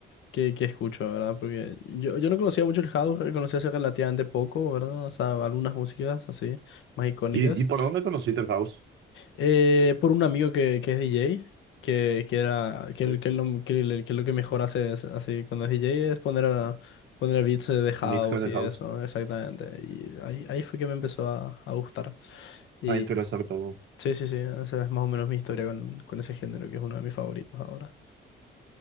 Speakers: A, on the left; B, on the right.
A: que, que escucho, ¿verdad? Porque yo, yo no conocía mucho el house, eh, conocí hace relativamente poco, ¿verdad? O sea, algunas músicas así, más icónicas,
B: ¿Y, y por dónde conociste el house?
A: eh, por un amigo que, que es DJ, que, que era, que,
B: Sí,
A: el- que él lo, que, el- que lo que mejor hace es- así cuando es DJ es poner, a- poner beats de house
B: mixes de
A: y eso,
B: house.
A: exactamente. Y ahí, ahí fue que me empezó a, a gustar. Y
B: Va a interesar todo.
A: sí, sí, sí, esa es más o menos mi historia con, con ese género, que es uno de mis favoritos ahora.